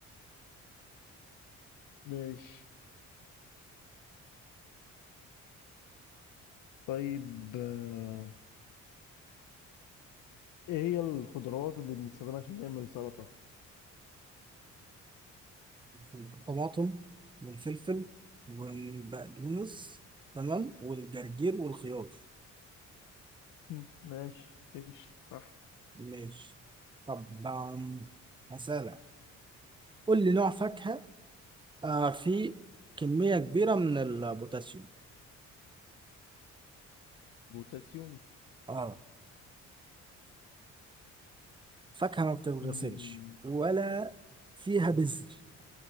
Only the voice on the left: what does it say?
ماشي طيب آه، ايه هي الخضروات اللي بنستخدمها عشان نعمل سلطة
مم. ماشي تمشي صح
بوتاسيوم
مم.